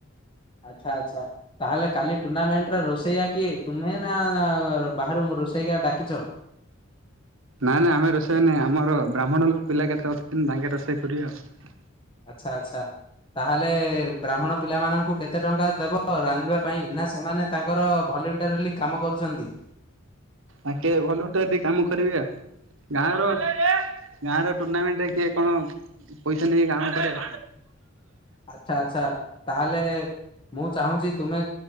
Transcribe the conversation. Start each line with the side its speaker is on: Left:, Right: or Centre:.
Left: ଆଚ୍ଛା ଆଛା ତାହେଲେ କାଲି ଟୁର୍ଣ୍ଣାମେଣ୍ଟରେ ରୋଷେଇଆ କିଏ? ତୁମେ ନା ବାହାରୁ ରୋଷେଇ କା ଡାକିଛ।
Right: ନାଇଁ ନାଇଁ ଆମେ ରୋଷେଇ ନାାଇଁ, ଆମର ବ୍ରାହ୍ମଣ ପିଲା କେତେ ଅଛନ୍ତି ତାଙ୍କେ ରୋଷେଇ କରିବେ ଆଉ।
Left: ଆଚ୍ଛା। ଆଚ୍ଛା। ତାହେଲେ ବ୍ରାହ୍ମଣ ପିଲାମାନଙ୍କୁ କେତେ ଟଙ୍କା ଦେବ ରାନ୍ଧିବା ପାଇଁ ନା ସେମାନେ ତାଙ୍କର ଭଲ <unintelligible> କାମ କରୁଛନ୍ତି।
Right: ଆଙ୍କେ ଭଲଟ ଟିକ କାମ କରିବି ଆଉ, ଗାଁ ର ଗାଁ ର ଟୁର୍ଣ୍ଣାମେଣ୍ଟରେ କିଏ କଣ ପଇସା ନେଇକ କାଁମ କରେ
Left: ଆଛା ଆଚ୍ଛା, ତାହେଲେ ମୁଁ ଚାହୁଁଛି ତୁମେ